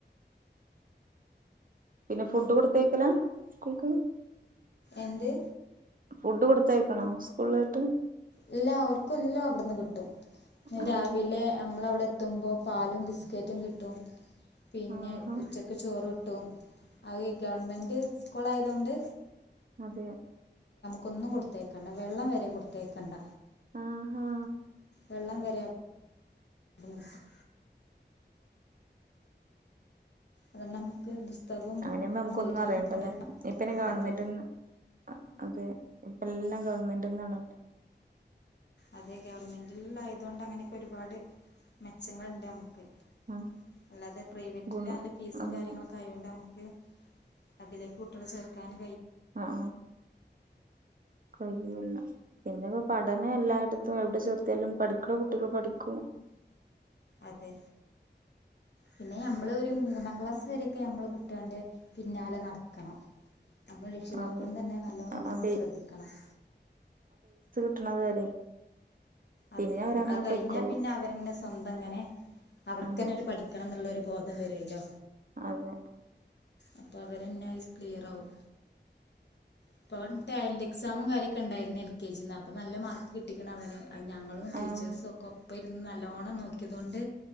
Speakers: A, on the right; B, on the left.
A: പിന്നെ ഫുഡ് കൊടുത്തേക്കലാ സ്കൂൾക്ക്?
B: എന്ത്?
A: ഫുഡ് കൊടുത്തയക്കണോ സ്കൂളിലേട്ട്.
B: ഇല്ല അവർക്ക് എല്ലാം അവിടെന്ന് കിട്ടും
A: അതെ
B: രാവിലെ നമ്മളവിടെ ത്തുമ്പോ പാലും ബിസ്കറ്റും കിട്ടും പിന്നെ
A: ആഹാ
B: ഉച്ചക്ക് ചോറ് ട്ടും അയ് ഗവൺമെന്റ് സ്കൂൾ ആയത് കൊണ്ട്
A: അതെ
B: കൊന്നും കൊടുത്തേക്കണ്ട വെള്ളം വരെ കൊടുത്തേയക്കേണ്ട
A: ആഹ് ആഹാ
B: വെള്ളം വരെ അവിടുന്ന് കിട്ടും അതെണ്ട് നമുക്ക് പുസ്തകവും
A: അങ്ങനെയ്പ്പം നമുക്കൊന്നും
B: സ്ലേറ്റുകളും
A: അറിയണ്ടല്ലേ
B: മാത്രം മതി.
A: ഇപ്പന്നെ ഗവൺമെന്റ്ന്ന്
B: അതെ
A: അതെ ഇപ്പം എല്ലാം ഗവണ്മെന്റ് ന്നാണല്ലോ
B: അതെ ഗവൺമെന്റിൽ ആയതൊണ്ട് അങ്ങനെയൊക്കെ ഒരുപാട് മെച്ചങ്ങൾ ഉണ്ട് നമ്മുക്ക്
A: ഉം
B: അല്ലാതെ പ്രൈവറ്റില്
A: ഗുണം
B: നല്ല ഫീസും
A: അത്
B: കാര്യങ്ങളൊക്കെ ആയൊണ്ട് നമുക്ക് അതിലേക്ക് കുട്ടികള് ചേർക്കാന്
A: ആഹ് ആഹ് കഴിയൂല്ല പിന്നെ പഠനം എല്ലായിടത്തും എവിടെ ചേർത്തിയാലും പഠിക്കണ കുട്ടികൾ പഠിക്കും
B: അതെ പിന്നെ ഞമ്മള് ഒരു മൂന്നാം ക്ലാസ് വരൊക്കെ ഞമ്മള് കുട്ടി ആളിന്റെ പിന്നാലെ നടക്കണം നമ്മള് രക്ഷിതാക്കളും
A: അതെ
B: തന്നെ നല്ലോം വീട്ടന്ന്
A: ആ ബേ
B: ശ്രദ്ധിക്കണം
A: കിട്ട്ണത് വരെ
B: അതെ
A: പിന്നെ അവരങ്ങനെ
B: അത് കഴിഞ്ഞാ
A: പൊയ്ക്കോളും
B: പിന്നെ അവരന്നെ സ്വന്തം ഇങ്ങനെ അവർക്ക്ന്നെ
A: ആഹ്
B: ഒരു പഠിക്കണം എന്നുള്ളരു ബോധം വരുല്ലോ
A: അതെ
B: അപ്പൊ അവരെന്നെ ക്ലിയർ ആവും ഇപ്പൊ ടാലന്റ് എക്സാമും കാര്യൊക്കെ ഉണ്ടായിരുന്നു എൽ കെ ജിന്ന് അപ്പൊ നല്ല മാർക്ക് കിട്ടിക്ക്ണ് അവന് ഞങ്ങളും ടീച്ചേഴ്സും
A: ആഹ്
B: ഒക്കെ ഒപ്പം ഇരുന്ന് നല്ലോണം നോക്കിയതോണ്ട്